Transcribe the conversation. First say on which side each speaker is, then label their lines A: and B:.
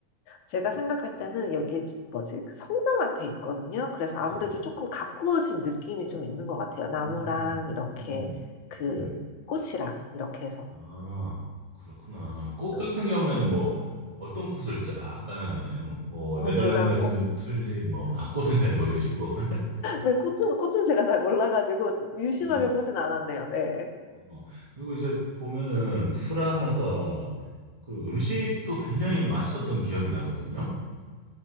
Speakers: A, on the left; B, on the right.
A: 제가 생각할 때는 여기 뭐지? 그 성당 앞에 있거든요. 그래서
B: 네네.
A: 아무래도 조금 가꾸어진 느낌이 좀 있는 것 같아요.
B: 음,
A: 나무랑 이렇게
B: 음,
A: 그
B: 음.
A: 꽃이랑 이렇게 해서.
B: 아, 그렇구나. 꽃
A: 음,
B: 같은 경우에는
A: 혹시
B: 뭐 어떤 꽃을 쫙 깔아놨나요? 뭐
A: 어,
B: 네덜란드
A: 제가
B: 같은 경우 튤립 뭐 아 꽃은 잘 모르시고
A: 네, 꽃은, 꽃은 제가 잘 몰라가지고 유심하게
B: <laughs>
A: 보진 않았네요. 네.
B: 어, 그리고 이제 보면은 프라하가 그 음식도 굉장히 맛있었던 기억이 나거든요.